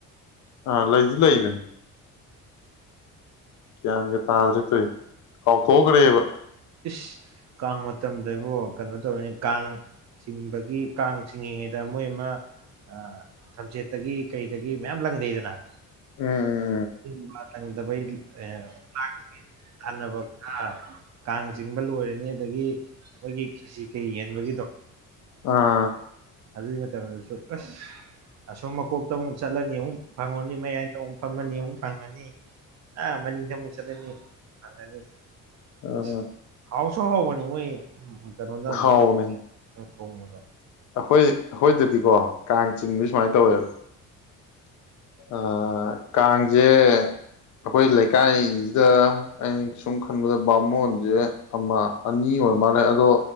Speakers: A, on the left; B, on the right.
A: ꯑꯥ ꯂꯩꯗꯤ ꯂꯩꯕꯅꯤ ꯒ꯭ꯌꯥꯟꯒ ꯇꯥꯗ꯭ꯔꯦ ꯇꯧꯖ‌ꯦ ꯀꯥꯎꯊꯣꯛꯈ꯭ꯔꯦꯕ
B: ꯏꯁ ꯀꯥꯡ ꯃꯇꯝꯗ ꯏꯕꫭ ꯀꯩꯅꯣ ꯇꯧꯔꯅꯤ ꯀꯥꯡ ꯆꯤꯡꯕꯒꯤ ꯀꯥꯡ ꯆꯤꯡꯉꯤꯉꯩꯗ ꯃꯣꯏ ꯑꯃ ꯑ ꯊꯝꯆꯦꯠꯇꯒꯤ ꯀꯩꯗꯒꯤ ꯃꯌꯥꯝ ꯂꯪꯗꯩꯗꯅ
A: ꯎꯝ
B: ꯎꯝ ꯃꯥ ꯇꯪꯗꯕꯩ ꯑ ꯂꯥꯛ ꯈꯟꯅꯕ ꯀꯥꯡ ꯆꯤꯡꯕ ꯂꯣꯏꯔꯅꯤ ꯑꯗꯒꯤ ꯑꯩꯈꯣꯏꯒꯤ ꯀꯦꯁꯤ ꯀꯩ ꯌꯦꯟꯕꯒꯤꯗꯣ
A: ꯎꯝ ꯎꯝ ꯑꯥ
B: ꯑꯗꯨꯒꯤ ꯃꯇꯝꯗꯁꯨ ꯑꯁ ꯑꯁꯣꯝ ꯃꯀꯣꯛꯇ ꯑꯃꯨꯛ ꯆꯠꯂꯅꯤ ꯑꯃꯨꯛ ꯐꯪꯉꯅꯤ ꯃꯌꯥꯏꯗ ꯑꯃꯨꯛ ꯐꯝꯃꯅꯤ ꯑꯃꯨꯛ ꯐꯪꯉꯅꯤ ꯑꯥ ꯃꯅꯤꯡꯗ ꯑꯃꯨꯛ ꯆꯠꯂꯅꯤ ꯐꯪꯡꯉꯥꯅꯤ
A: ꯑꯥ
B: ꯑꯁ ꯍꯥꯎꯁꯨ ꯍꯧꯕꯅꯤ ꯃꯣꯏ ꯀꯩꯅꯣꯗ
A: ꯍꯥꯎꯕꯅꯦ
B: ꯕꯥꯃꫭꯟꯅ ꯊꯣꯡꯕꯗꯣ
A: ꯑꯩꯈꯣꯏ ꯑꯩꯈꯣꯏꯗꯗꯤꯀꯣ ꯀꯥꯡ ꯆꯤꯡꯕ ꯁꯨꯃꯥꯏꯅ ꯇꯧꯋꯦꯕ ꯑ ꯀꯥꯡꯖꯦ ꯑꯩꯈꯣꯏ ꯂꯩꯀꯥꯏꯁꯤꯗ ꯑꯩꯅ ꯁꯨꯝ ꯈꯟꯕꯗ ꯕꯥꯃꯣꯟꯁꯦ ꯑꯃ ꯑꯅꯤ ꯑꯣꯏꯔ ꯃꯥꯜꯂꯦ ꯑꯗꯣ